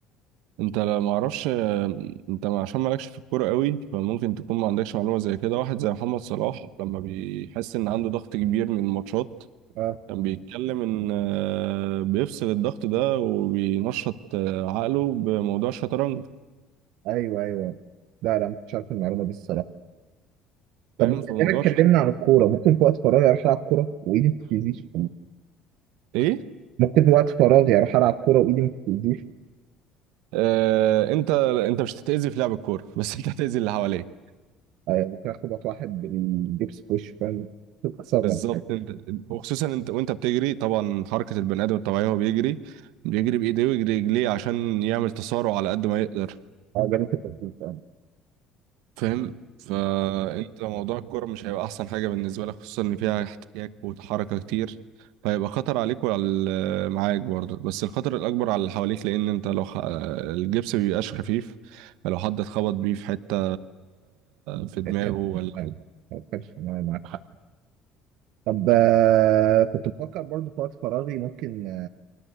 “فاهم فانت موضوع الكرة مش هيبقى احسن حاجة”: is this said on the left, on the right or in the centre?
Right